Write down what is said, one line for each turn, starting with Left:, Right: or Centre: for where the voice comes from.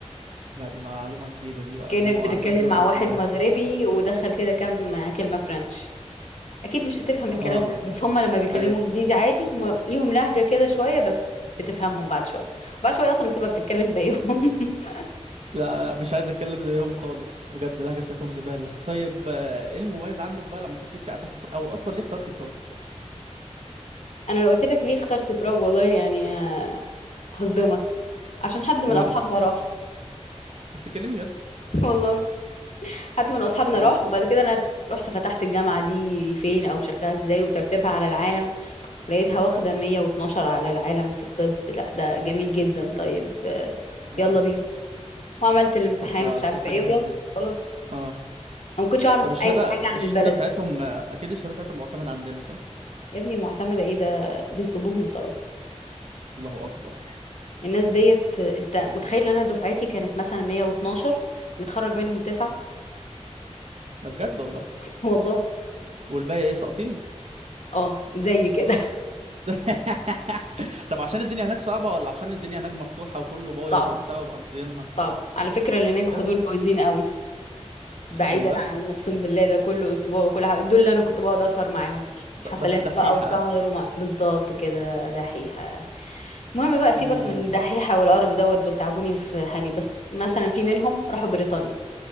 Right: لا دي معلومة جديدة دي بقى
Left: كأنك
Right: ان هو
Left: بتتكلم
Right: عندهم لغة
Left: مع واحد
Right: جديدة
Left: مغربي
Right: دي
Left: ودخل كده كام كلمة فرنش أكيد مش هتفهم
Right: اه
Left: الكلام ده بس هما لما بيكلموا
Right: ايوه
Left: إنجليزي عادي هما ليهم لهجة كده شوية بس بتفهمهم بعد شوية وبعد شوية أصلا هتبقى بتتكلم زيهم <laughs>
Right: لا لا مش عايز اتكلم زيهم خالص بجد اللهجة بتاعتهم زبالة طيب آه، ايه المميز عندك بقى لما كنت انت قاعدة في بر- او اصلا ليه اخترتي بروج
Left: أنا لو قلت لك ليه اخترت براغ والله يعني آه، هصدمك عشان حد من
Right: قولي
Left: أصحابنا راح
Right: بتتكلمي جد
Left: <laughs> والله حد من أصحابنا
Right: يعني
Left: راح وبعد كده أنا رحت فتحت الجامعة دي فين أو شكلها إزاي وترتيبها على العالم لقيتها واخدة 112 على العالم في الطب لا ده جميل جدا طيب آه،
Right: اه
Left: يلا بينا وعملت الامتحان
Right: طب ده
Left: ومش
Right: ده
Left: عارفه
Right: حاجة
Left: ايه
Right: حلوة
Left: ويلا
Right: جدا
Left: خلاص
Right: اه
Left: انا ما كنتش اعرف
Right: طب الشهادة
Left: اي حاجه عن
Right: الشهادة
Left: البلد
Right: بتاعتهم أكيد الشهادة بتاعتهم معتمدة عندنا صح؟
Left: يا ابني معتمده ايه ده بيطلبوهم طلب
Right: الله أكبر
Left: الناس ديت انت متخيل ان انا دفعتي كانت مثلا 112 متخرج منهم تسعة
Right: ده بجد والله
Left: والله
Right: والباقي إيه ساقطين؟
Left: اه زي كده
Right: <laughs> طب عشان الدنيا هناك صعبة ولا عشان الدنيا هناك مفتوحة وكله
Left: <laughs>
Right: بايظ
Left: صعبه
Right: وبتاع ومقضينها؟
Left: صعبه على فكره اللي نجحوا
Right: بجد
Left: دول بايظين قوي
Right: أقسم
Left: بعيدا
Right: بالله
Left: عن اقسم بالله ده كل اسبوع وكل حاجه دول اللي انا كنت بقعد اسهر معاهم
Right: ب...
Left: حفلات
Right: بس دحيحة
Left: بقى وسهر وما بالظبط كده دحيحه المهم بقى سيبك
Right: امم
Left: من الدحيحة والقرف دوت دول تعبوني في حالي بس مثلا في منهم راحوا بريطانيا